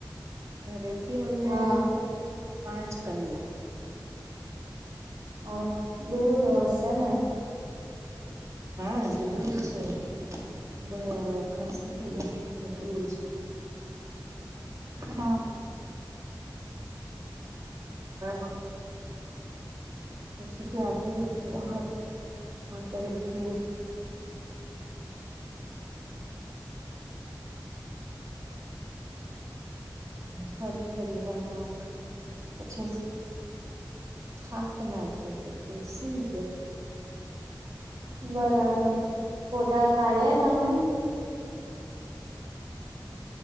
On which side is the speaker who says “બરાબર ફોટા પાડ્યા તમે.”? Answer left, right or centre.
Right